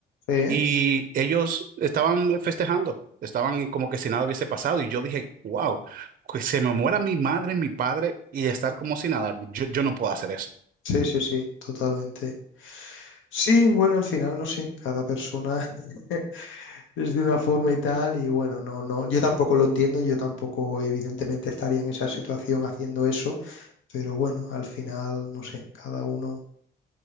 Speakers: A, on the left; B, on the right.
A: ¿Eh?
B: y ellos estaban festejando, estaban como que si nada hubiese pasado. Y yo dije, wow, que se me muera mi madre, mi padre y estar como si nada. Yo, yo no puedo hacer eso.
A: Sí, sí, sí, totalmente. Sí, bueno, al final, no sé, cada persona... <laughs> es de una forma y tal, y bueno, no, no, yo tampoco lo entiendo, yo tampoco evidentemente estaría en esa situación haciendo eso, pero bueno, al final, no sé, cada uno